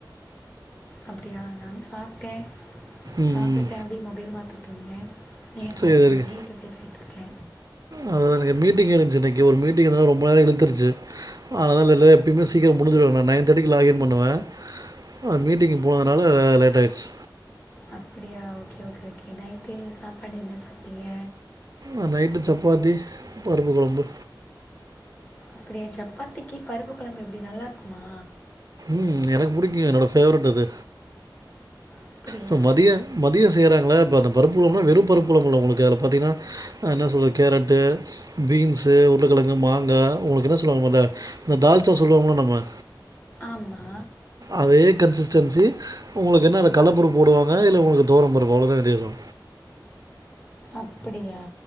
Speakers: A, on the left; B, on the right.
A: அப்டியா நானு சாப்ட்டே
B: ம்
A: சாப்டுட்டு
B: ம்
A: அப்டியே மொபைல் பாத்துட்டு துங்க <unintelligible> நீங்க
B: சரி
A: கால் பண்ணிங்க
B: இருக்கு
A: இப்போ பேசிட்ருக்கே
B: அதா எனக்கு மீட்டிங் இருந்துச்சு இன்னைக்கு ஒரு மீட்டிங் இருந்ததால ரொம்ப நேர இழுத்துருச்சு அதனால இல்ல எப்போமே சீக்கிர முடிஞ்சுரு நா நைன் தேர்ட்டிக்கு லாகின் பண்ணுவே அ மீட்டிங் போனதால லேட் ஆய்டுச்சு
A: அப்டியா ஓகே ஓகே ஓகே நைட்டு சாப்பாடு என்ன சாப் சாப்டிங்க
B: அ நைட்டு சப்பாத்தி பருப்பு கொழம்பு
A: அப்பிடியா சப்பாத்திக்கி பருப்பு கொழம்பு எப்டி நல்லா இருக்குமா?
B: ம் எனக்கு புடிக்குங்க என்னோட ஃபேவரட் அது
A: அப்படியா
B: சோ மதிய மதிய செய்யறா ங்கல்ல இப்ப அந்த பருப்பு கொழம்புனா வெறு பருப்பு கொழம்பு இல்ல உங்களுக்கு. அதுல பாத்தீங்கன்னா ஆ என்ன சொல்ல கேரட்டு பீன்ஸு உருளக்கெழங்கு மாங்கா உங்களுக்கு என்ன சொல்லுவாங்க மொதல்ல இந்த தால்ச்சா சொல்வோம்ல நம்ம
A: ஆமா.
B: அதே கன்சிஸ்டன்சி உங்களுக்கு என்ன அதுல கல்ல பருப்பு போடுவாங்க இதுல உங்களுக்கு தொவரம் பருப்பு அவ்ளவுதா வித்தியாசோ.
A: அப்பிடியா